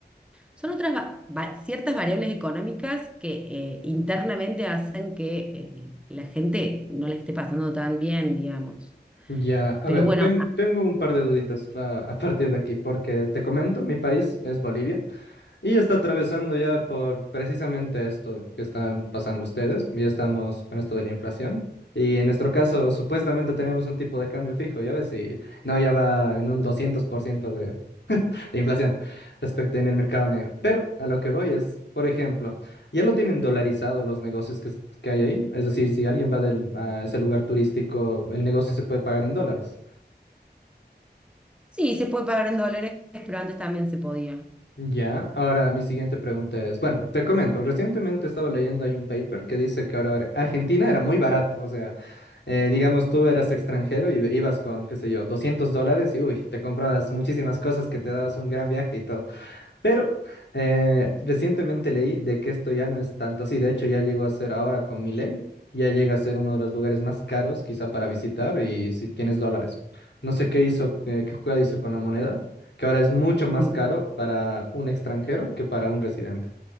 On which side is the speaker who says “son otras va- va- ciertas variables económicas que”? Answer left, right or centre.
Centre